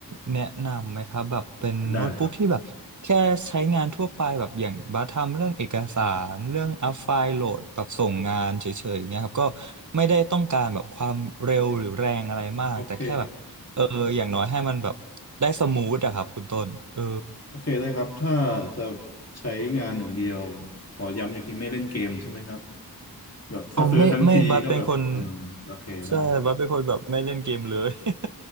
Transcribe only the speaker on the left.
ได้ครับ
โอเคโอเคได้ครับถ้าจะใช้งานหนึ่างเดียว ขอย้ำอีกทีไม่เล่นเกมใช่ไหมครับแบบถ้าซื้อทั้งทีก็แบบเออ
โอเคได้